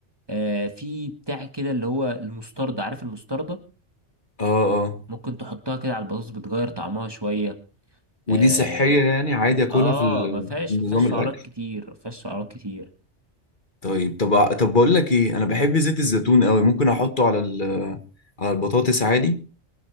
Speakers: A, on the right; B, on the left.
A: آه، في بتاع كده اللي هو المستردة عارف المستردة
B: اه اه
A: ممكن تحطها كده على البطاطس بتغير طعمها شوية
B: ودي
A: اه,
B: صحية يعني عادي اكلها
A: آه
B: في ال-
A: ما فيهاش
B: في نظام
A: ما فيهاش
B: الاكل
A: سعرات كتير ما فيهاش سعرات كتير
B: طيب طب طب بقول لك ايه انا بحب زيت الزيتون قوي ممكن احطه على ال... على البطاطس عادي